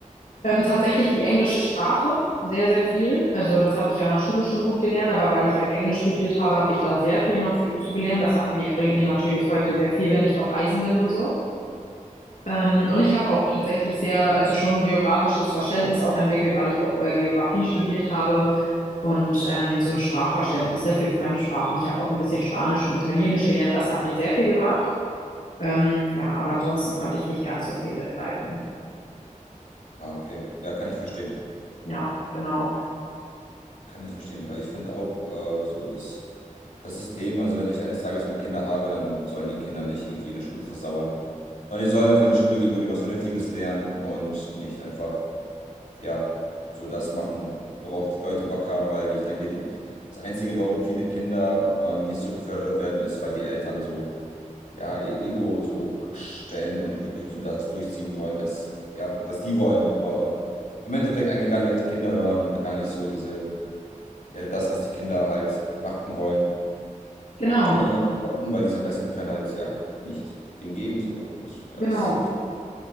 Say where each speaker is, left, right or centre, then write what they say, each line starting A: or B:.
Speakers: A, on the left; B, on the left.
A: Ähm, tatsächlich die englische Sprache, sehr, sehr viel. Also das habe ich ja nach Schule schon gut gelernt, aber weil ich halt Englisch studiert habe, habe ich da sehr viel noch für, zugelernt. Das hat mir, bringt mir natürlich heute sehr viel, wenn ich auch reisen bin und so. Ähm, und ich habe auch tatsächlich sehr, also schon geografisches Verständnis auch entwickelt, weil ich auch äh, Geografie studiert habe und ähm, so ein Sprachverständnis, ne, für Fremdsprachen. Ich habe auch ein bisschen Spanisch und Italienisch gelernt. Das hat mir sehr viel gebracht. Ähm, ja, aber ansonsten konnte ich nicht ganz so viel mitgreifen.
B: Ah, okay. Ja, kann ich verstehen.
A: Ja, genau.
B: Kann ich verstehen, weil ich finde auch äh, so das, das System, also wenn ich eines Tages mal Kinder habe, dann sollen die Kinder nicht irgendwie in der Schule versauern, sondern die sollen auf eine Schule gehen, wo die was Vernünftiges lernen und nicht einfach ja, so das machen, worauf die Leute Bock haben, weil ich denke, die, das Einzige, warum viele Kinder ähm, nicht so gefördert werden, ist, weil die Eltern so, ja, ihr Ego so hochstellen und wirklich nur das durchziehen wollen, das, ja, was die wollen, aber im Endeffekt eigentlich gar nicht auf die Kinder hören und gar nicht so diese, ja, das, was die Kinder halt machen wollen
A: Genau,
B: oder machen sollten, weil die es am besten können, halt, ja, nicht den geben so. Und ja,
A: genau.
B: das muss